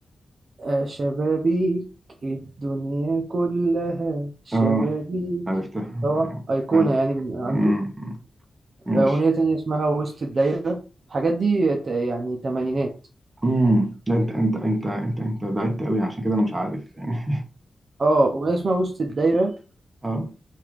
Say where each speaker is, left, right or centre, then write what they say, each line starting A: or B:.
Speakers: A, on the right (about 50°); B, on the right (about 20°).
A: آه شبابيك الدنيا كلها شبابيك
B: اه عرفتها
A: طبعا أيقونة
B: ايوه
A: يعني من عنده
B: مم، ماشي
A: آه، أغنية تانية اسمها وسط الدايرة الحاجات دي ت- يعني تمانينات
B: امم لا انت انت انت انت انت بعدت قوي عشان كده انا مش عارف يعني
A: اه أغنية اسمها وسط الدايرة
B: اه